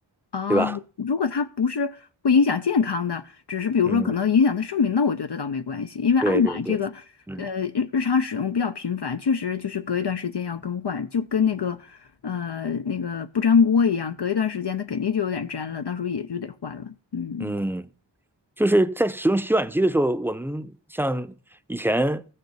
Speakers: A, on the left; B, in the centre.
A: 啊，
B: 对吧？
A: 如果它不是会影响健康的，只是比如说可能影响它寿命，
B: 嗯，
A: 那我觉得倒没关系，因为案板这个，
B: 对对对，嗯
A: 呃，日日常使用比较频繁，确实就是隔一段时间要更换，就跟那个，呃，那个不粘锅一样，隔一段时间它肯定就有点粘了，到时候也就得换了。嗯
B: 嗯。就是在使用洗碗机的时候，我们像以前，